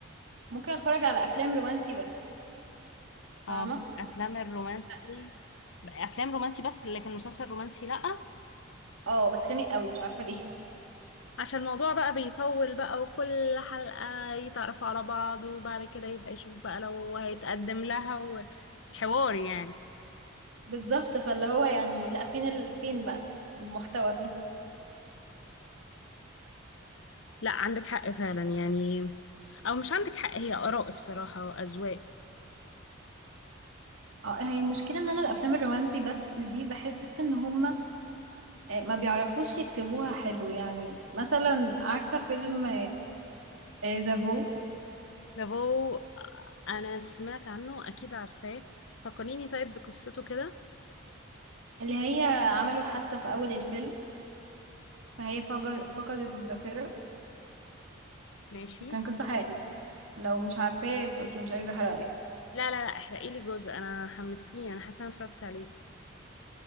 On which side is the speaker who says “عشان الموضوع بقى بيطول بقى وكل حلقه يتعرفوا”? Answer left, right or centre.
Left